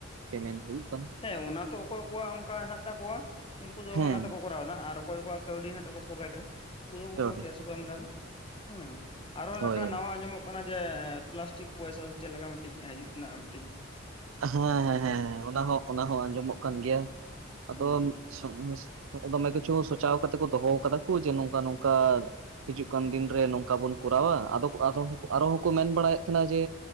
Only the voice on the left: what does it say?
ᱦᱮᱸ ᱚᱱᱟ ᱛᱚ ᱚᱠᱚᱭ ᱠᱚᱣᱟᱜ ᱚᱱᱠᱟ ᱦᱮᱱᱟᱜ ᱛᱟᱠᱚᱣᱟ ᱩᱱᱠᱩ ᱫᱚ
ᱚᱱᱟ ᱛᱮᱠᱚ ᱠᱚᱼᱼ ᱠᱚᱨᱟᱣ ᱮᱫᱟ ᱟᱨ ᱚᱠᱚᱭ ᱠᱚᱣᱟᱜ ᱠᱟᱹᱣᱰᱤ ᱦᱮᱱᱟᱜ ᱛᱟᱠᱚᱣᱟ ᱯᱚᱠᱮᱴ ᱨᱮᱼᱼ ᱩᱱᱠᱩ ᱫᱚ ᱠᱚ
ᱠᱮᱥ ᱦᱚᱸᱠᱚ ᱮᱢ ᱮᱫᱟ ᱠᱚ ᱦᱮᱸ ᱟᱨᱚ
ᱱᱟᱦᱟᱜ ᱠᱷᱟᱱ ᱱᱟᱣᱟ ᱟᱸᱡᱚᱢᱚᱜᱼᱼ ᱠᱟᱱᱟ ᱡᱮ ᱯᱞᱟᱥᱴᱤᱠ ᱯᱚᱭᱥᱟ ᱥᱮ ᱪᱮᱫ ᱞᱮᱠᱟ ᱢᱤᱫᱴᱤᱡ ᱦᱟᱹᱡᱩᱜ ᱨᱮᱱᱟᱜ ᱢᱤᱫᱴᱤᱡᱼᱼ
ᱦᱩᱸ